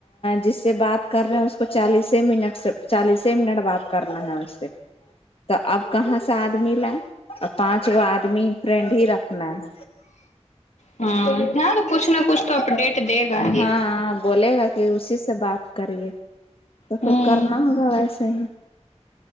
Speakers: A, on the left; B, on the left.
A: جس سے بات کر رہے ہیں اس کو چالیس منٹ سے چالیس منٹ بات کرنا ہے اس سے تو اب کہاں سے آدمی لائ اور پانچ گو آدمی فرینڈ ہی رکھنا ہے
B: ہممم ہاں وہ کچھ نہ کچھ تو اپڈیٹ دے گا ہی
A: ہاں بولے گا کہ اسی سے بات کریے تو
B: ہوں
A: پھر کرنا ہوگا ویسے ہی